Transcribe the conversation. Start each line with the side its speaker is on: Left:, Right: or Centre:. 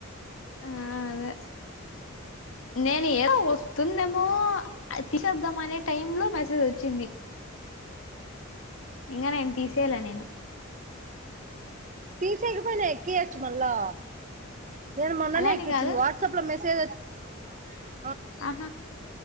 Left: ఆ అదే నేను ఏదో వస్తుందేమో అతిశబ్దం అనే టైమ్ లో మెసేజ్ వచ్చింది ఇంకా నేను తీసేయలా నేను
Right: తీసేకపోయినా ఎక్కియచు మళ్ళా నేను మొన్ననే
Left: అలాని
Right: ఎక్కించింది
Left: కాదు
Right: వాట్సప్ లో మే సేజ్ వ
Left: ఆహా